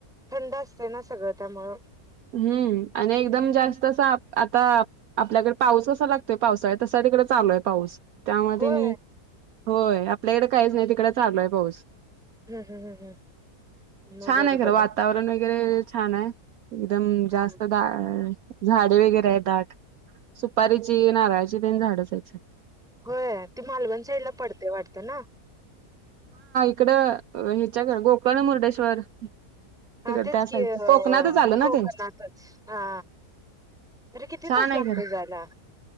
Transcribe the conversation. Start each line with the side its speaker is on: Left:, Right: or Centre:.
Centre: थंड असते ना, सगळं त्यामुळं-
Right: हम्म आणि एकदम जास्त अस आता आपल्याकडे पाऊस क लागतोय पावसाळ्यात तस- तिकडे चालोय पाऊस त्यामुळे
Centre: होय.
Right: होय आपल्याकडे काहीच नाही तिकडे चालोय पाऊस.
Centre: हम्म हम्म हम् मग
Right: छान
Centre: बरोबर
Right: आहे खरं वातावरण वगैरे छान आहे एकदम
Centre: हा
Right: जास्त दा झाडे वगैरे आहेत दाट सुपारीची नाराळज देन झाड असायचे.
Centre: होय ती मालवण साईड ला पडतेय वाटत ना.
Right: इकड ह्याच्या गोकर्ण मुर्डेश्वर
Centre: हा
Right: तिकड
Centre: तेच
Right: त्या साईडला
Centre: की अ
Right: कोकणातच आलं ना
Centre: कोकणातच
Right: ते
Centre: हा तरी किती
Right: छान
Centre: तास
Right: आहे
Centre: लागतो
Right: खरं.
Centre: जायला